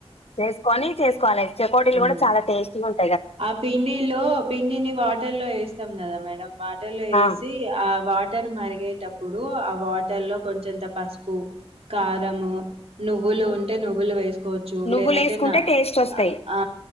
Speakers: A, on the left; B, on the right.
A: చేసుకొని చేసుకోవాలి చెకోడీలు
B: ఉమ్
A: కూడా చాలా టేస్టీగా ఉంట
B: ఆ పిండిలో పిండిని వాటర్ లో వేస్తాం కదా మేడ వా వేసి
A: ఆ
B: ఆ వాటర్ మరి ఏగేటప్పుడు ఆ వాటర్ లో కొంచంత పసుపు కారం నువ్వులు ఉంటే నువ్వులు వేసు కోవచ్చు
A: నువ్వులు
B: లేదంటే
A: వేసుకుంటే
B: న
A: టేస్ట్ వస్తాయి
B: అ ఆ